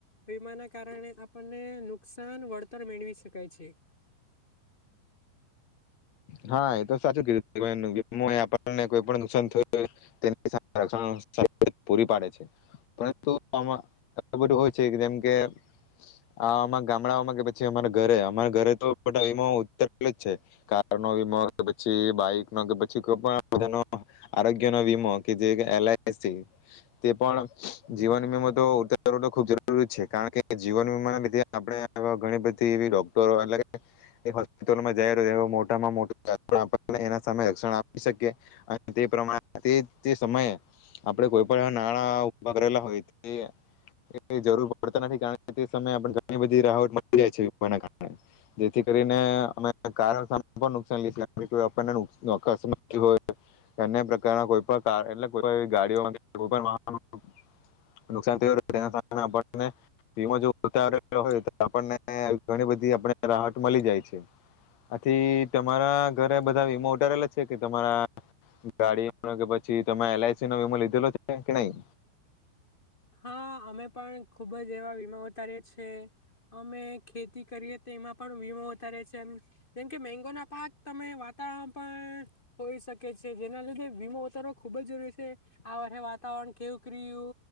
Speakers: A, on the left; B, on the left.
A: વીમાના કારણે આપર્ણે નુકસાન વળતર મેળવી શકાય છે.
B: હા એ તો સાચું કીધું <unintelligible> કોઈ પણ નુકસાન થયું તે <unintelligible> પૂરી પાડે છે. પરંતુ આમાં <unintelligible> બધું હોય છે જેમકે આમાં ગામ ડાઓમાં કે પછી અમારા ઘરે, અમારા ઘરે જ તો બધા વીમો ઉ <unintelligible> છે કાર નો વિમો, કે પછી બાઈક નો કે પ છી કોઈ પણ <unintelligible> આરોગ્યનો વીમો કે જે એલ આઈ સી તે પણ જીવન વિમો તો ઉતારવો તો ખુબ જરૂરી છે. કારણ કે જીવન વીમા લીધે આપણે ઘણી બધી એવી ડોક્ટરો એટલે કે હોસ્પિટલોમાં જાહેર એવું મોટામાં મોટું આપણને એના સામે રક્ષણ આપી શકીએ અને તે પ્રમાણે તે તે સમયે આપણે કોઈ પણ નાણાં ઉભા કરેલા હોય તે જરૂર પડતા નથી. કારણ કે તે સમયે ઘણીબધી રાહત મળી જાય છે જેથી કરીને <inaudible> આથી તમારા ઘરે બધા વીમો ઉતારેલા છે કે તમારા ગાડીનો કે પછી તમામે એલ આઈ સી નો વીમો લીધેલો છે કે નહી?
A: હા અમે પણ ખુબ જ એવા વીમા ઉતારીએ છે. અમે ખેતી કરીએ તો એમાં પણ વીમો ઉતારીએ છીએ. એમ જેમ કે મેંગો ના પાક તમે વાતાવરણ પણ હોઈ શકે છે. જેના લીધે વીમો ઉતારવો ખુબ જ જરૂરી છે આ વરહે વાતાવરણ કેવુંક રયુ